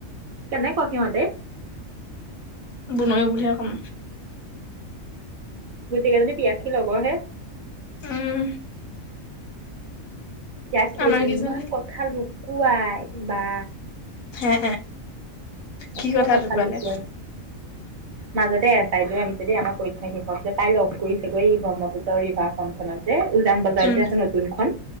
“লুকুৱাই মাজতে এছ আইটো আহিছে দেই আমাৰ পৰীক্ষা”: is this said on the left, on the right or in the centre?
Right